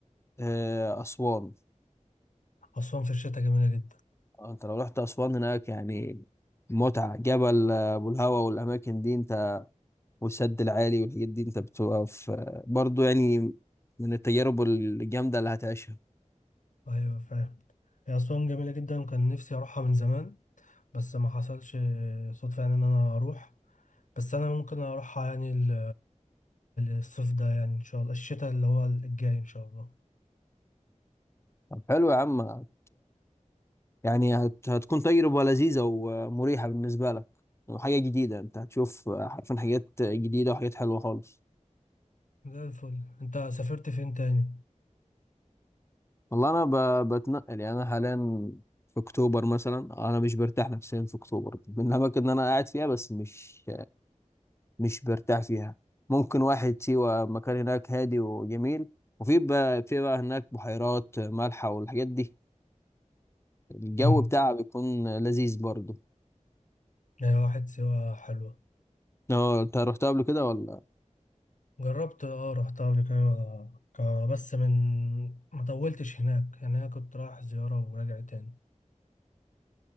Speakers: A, on the left; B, on the left.
A: آه، أسوان
B: أسوان في الشتاء جميلة جدا
A: آه، أنت لو رحت أسوان هناك يعني متعة جبل آه، أبو الهوا والأماكن دي أنت والسد العالي والحاجات دي أنت بتبقى في آه، برضو يعني من التجارب الجامدة اللي هتعيشها
B: أيوة فاهم هي أسوان جميلة جدا وكان نفسي أروحها من زمان بس ما حصلش صدفة يعني إن أنا أروح بس أنا ممكن أروحها يعني ال- الصيف ده يعني إن شاء الله الشتاء اللي هو الجاي إن شاء الله
A: طب حلو يا عم هت يعني هت هتكون تجربة لذيذة ومريحة بالنسبة لك وحاجة جديدة أنت هتشوف آه، حرفيا حاجات جديدة وحاجات حلوة خالص
B: زي الفل أنت سافرت فين تاني؟
A: والله انا ب... بتنقل يعني انا حاليا في اكتوبر مثلا انا مش برتاح نفسيا في اكتوبر من الاماكن اللي انا قاعد فيها بس مش مش برتاح فيها ممكن واحد سيوة مكان هناك هادي وجميل وفي بقى في بقى هناك بحيرات مالحة والحاجات دي الجو
B: مم.
A: بتاعها بيكون لذيذ برضه
B: يعني واحد سوا حلوة
A: اه انت رحتها قبل كده ولا
B: جربت اه رحتها قبل كده آه، ك- بس من ما طولتش هناك يعني انا كنت رايح زيارة وراجع تاني